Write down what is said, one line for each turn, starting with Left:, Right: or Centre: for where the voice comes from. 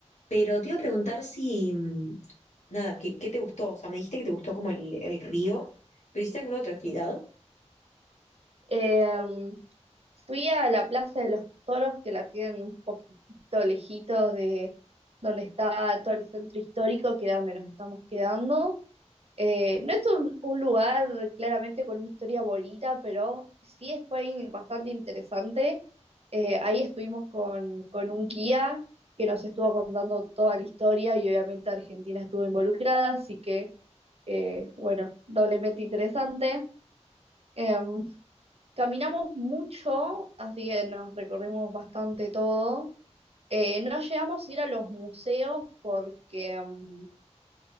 Left: Pero te iba a preguntar si, mm, nada, ¿qué, qué te gustó? O sea, me dijiste que te gustó como el, el río, pero ¿hiciste alguna otra actividad?
Right: Em, fui a la Plaza de los Toros, que la tienen un poquitito lejitos de donde está todo el centro histórico, que era donde nos estamos quedando. Eh, no es un, un lugar claramente con una historia bonita, pero sí es- fue in- bastante interesante. Eh, ahí estuvimos con, con un guía que nos estuvo contando toda la historia y obviamente Argentina estuvo involucrada, así que, eh, bueno, doblemente interesante. Em, Caminamos mucho, así que nos recorrimos bastante todo. Eh, no llegamos a ir a los museos porque, mm,